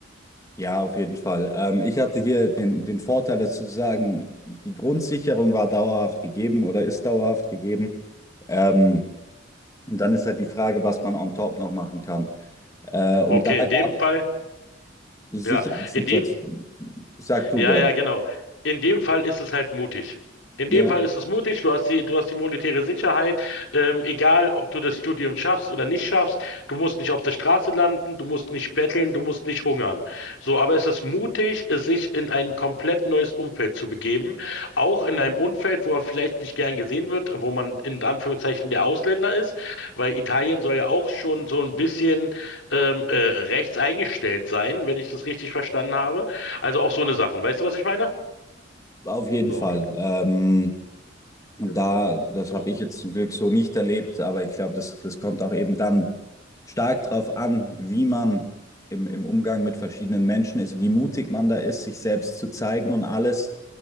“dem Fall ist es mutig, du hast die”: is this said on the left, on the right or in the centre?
Left